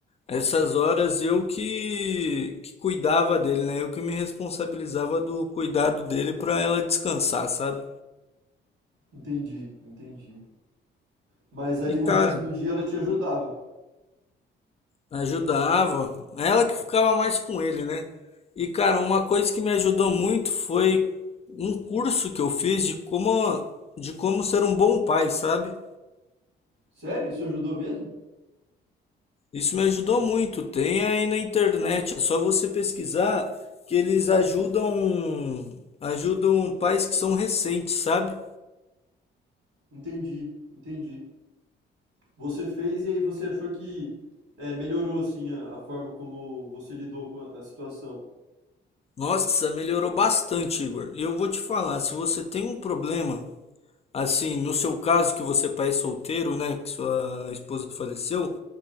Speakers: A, on the left; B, on the right.
A: essas horas eu que, que cuidava dele, né? Eu que me responsabilizava do cuidado dele pra ela descansar, sabe?
B: Entendi, entendi. Mas aí
A: E cara,
B: no resto do dia ela te ajudava.
A: Ajudava. Ela que ficava mais com ele, né? E, cara, uma coisa que me ajudou muito foi um curso que eu fiz de como, de como ser um bom pai, sabe?
B: Sério? Isso ajudou mesmo?
A: Isso me ajudou muito. Tem aí na internet, é só você pesquisar que eles ajudam, ajudam pais que são recentes, sabe?
B: Entendi, entendi. Você fez e aí você achou que é, melhorou assim a, a forma como você lidou com a, a situação.
A: Nossa, melhorou bastante, Igor. E eu vou te falar, se você tem um problema, assim, no seu caso que você é pai solteiro, né, que sua esposa faleceu,